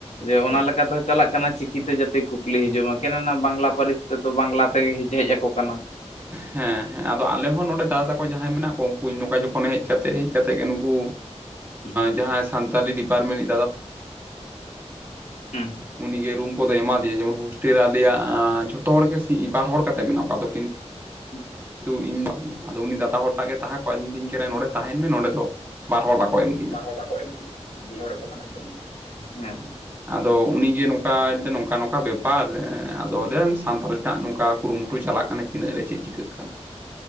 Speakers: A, on the left; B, on the right.
A: ᱡᱮ ᱚᱱᱟ ᱞᱮᱠᱟᱛᱮ ᱪᱟᱞᱟᱜ ᱠᱟᱱᱟ ᱪᱤᱠᱤᱛᱮ ᱡᱟᱛᱮ ᱠᱩᱠᱞᱤ ᱦᱤᱡᱩᱜ ᱢᱟ ᱠᱮᱱ ᱵᱟᱝᱞᱟ ᱯᱟᱹᱨᱤᱥ ᱛᱮᱫᱚ ᱵᱟᱝᱞᱟ ᱛᱮᱜᱮ ᱦᱮᱡ ᱟᱠᱚ ᱠᱟᱱᱟ᱾
B: ᱦᱮᱸ ᱦᱮᱸ ᱟᱫᱚ ᱟᱞᱮ ᱦᱚᱸ ᱱᱚᱸᱰᱮ ᱫᱟᱫᱟ ᱛᱟᱠᱚ ᱡᱟᱦᱟᱸᱭ ᱢᱮᱱᱟᱜ ᱠᱚᱣᱟ᱾ ᱩᱱᱠᱩ ᱱᱚᱝᱠᱟ ᱡᱚᱠᱷᱚᱱ ᱦᱮᱡ ᱠᱟᱛᱮ ᱦᱮᱡ ᱠᱟᱛᱮ ᱜᱮ ᱱᱩᱠᱩ
A: ᱦᱩᱸ
B: ᱡᱟᱦᱟᱸᱭ ᱥᱟᱱᱛᱟᱞᱤ ᱰᱤᱯᱟᱨᱢᱮᱱᱼᱼ
A: ᱦᱩᱸ
B: ᱩᱱᱤ ᱜᱮ ᱨᱩᱢ ᱠᱚᱫᱚᱭ ᱮᱢᱟᱫᱮᱭᱟ ᱡᱮᱢᱚᱱ ᱦᱳᱥᱴᱮᱞ ᱨᱮ ᱟᱞᱮᱭᱟᱜ ᱡᱷᱚᱛᱚ ᱦᱚᱲ ᱜᱮ ᱮ ᱵᱟᱨ ᱦᱚᱲ ᱠᱟᱛᱮ ᱢᱮᱱᱟᱜ ᱠᱚᱣᱟ ᱫᱚ ᱠᱤᱱᱛᱩ
A: ᱦᱩᱸ
B: ᱠᱤᱱᱛᱩ ᱤᱧᱟ ᱟᱫᱚ ᱩᱱᱤ ᱫᱟᱫᱟ ᱦᱚᱲ ᱴᱟᱜ ᱜᱮ ᱛᱟᱦᱮᱸ ᱠᱚᱜᱼᱟ ᱤᱫᱟᱹᱧ ᱠᱟᱱᱟ ᱱᱚᱰᱮ ᱛᱟᱦᱮᱱ ᱢᱮ ᱱᱚᱰᱮ ᱫᱚ ᱵᱟᱨ ᱦᱚᱲ ᱵᱟᱠᱚ ᱮᱢ ᱠᱤᱧᱟ
A: ᱵᱟᱨ ᱦᱚᱲ ᱵᱟᱠᱚ ᱮᱢ ᱠᱤᱱᱟ ᱢᱤᱫ ᱦᱚᱲ ᱜᱮᱠᱚ ᱛᱟᱦᱮ ᱠᱟᱱᱟ ᱟᱪᱪᱷᱟ
B: ᱟᱫᱚ ᱩᱱᱤᱜᱮ ᱱᱚᱝᱠᱟ ᱱᱚᱝᱠᱟ ᱱᱚᱝᱠᱟ ᱵᱮᱯᱟᱨ ᱟᱫᱚᱞᱮ ᱥᱟᱱᱛᱟᱞᱤ ᱨᱮᱱᱟᱜ ᱱᱚᱝᱠᱟ ᱠᱩᱨᱩᱢᱩᱴᱩ ᱪᱟᱞᱟᱜ ᱠᱟᱱᱟ ᱛᱤᱱᱟᱹᱜ ᱞᱮ ᱪᱮᱫ ᱪᱤᱠᱟᱹᱜ ᱠᱟᱱᱟ᱾